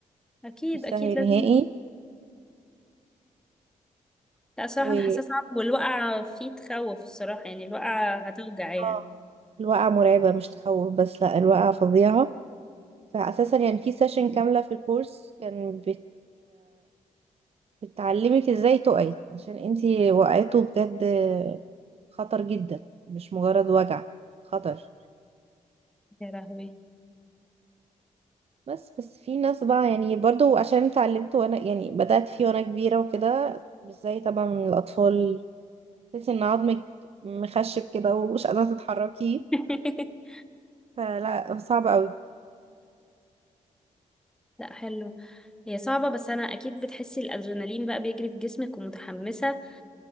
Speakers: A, in the centre; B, on the right.
A: اكيد
B: مش سهل
A: اكيد لازم
B: نهائي
A: لا صراحة
B: و
A: أنا
B: <laughs> ال-
A: حاسة صعب والوقعة فيه تخوف الصراحة يعني الوقعة هتوجع يعني
B: اه الوقعة مرعبة مش تخوف بس لا الوقعة فظيعة فأساسا يعني في سيشن كاملة في الكورس كان بت بتعلمك ازاي تقعي عشان انتي وقعته بجد خطر جدا مش مجرد وجع خطر
A: يا لهوي
B: بس بس في ناس بقى يعني برضو عشان اتعلمت وانا يعني بدأت فيه وانا كبيرة وكده مش زي طبعا من الأطفال تحسي ان عظمك مخشب كده ومش قادرة تتحركيه
A: <laughs>
B: فلا صعب قوي
A: لا حلو هي صعبة بس أنا أكيد بتحسي الأدرينالين بقى بيجري في جسمك ومتحمسة